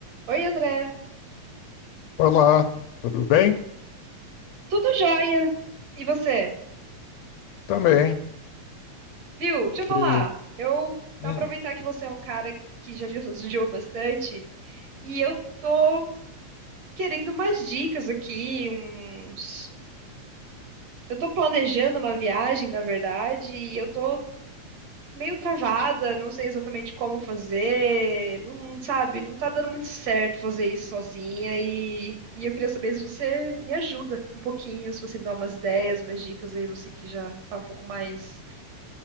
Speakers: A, on the right (about 65°); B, on the left (about 75°).
A: Oi, André.
B: Olá, tudo bem?
A: Tudo jóia? E você?
B: Também.
A: Viu? Deixa
B: Que,
A: eu falar. Eu
B: hum,
A: aproveitar que você é um cara que já viu <laughs> viajou bastante e eu tô querendo umas dicas aqui, uns... Eu tô planejando uma viagem, na verdade, e eu tô meio travada, não sei exatamente como fazer, não sabe, não tá dando muito certo fazer isso sozinha e, e eu queria saber se você me ajuda um pouquinho, se você me dá umas ideias, umas dicas aí, você que já tá um pouco mais